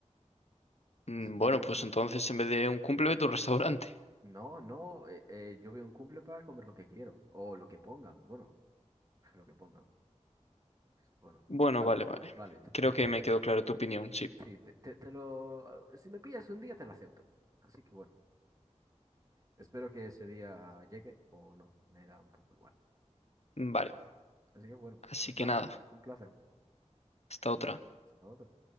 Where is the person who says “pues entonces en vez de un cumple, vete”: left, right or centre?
Left